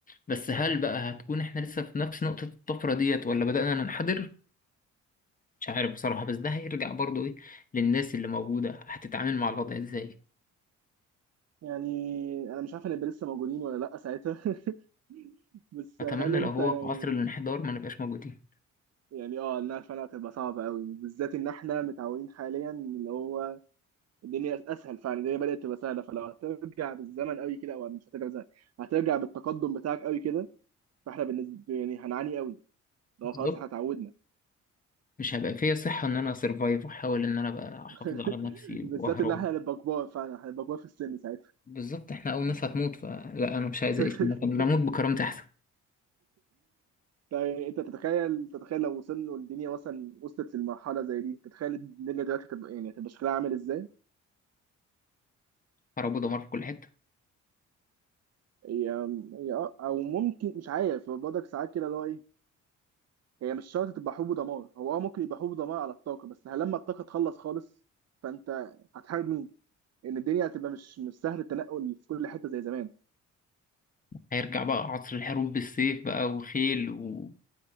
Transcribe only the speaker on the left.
بس هل بقى هتكون احنا لسه في نفس نقطة الطفرة ديت ولا بدأنا ننحدر؟ مش عارف بصراحة بس ده هيرجع برضو ايه للناس اللي موجودة هتتعامل مع الوضع ازاي
اتمنى
لو هو
في عصر الانحدار ما نبقاش موجودين
بالظبط
مش هبقى فيا صحة ان انا اسرفايف واحاول ان انا ابقى احافظ
على نفسي
واهرب
بالظبط احنا اول ناس هتموت فلا انا مش عايز
اعيش في المكان ده اموت بكرامتي احسن
حرب ودمار في كل حتة
هيرجع بقى عصر الحروب بالسيف بقى وخيل و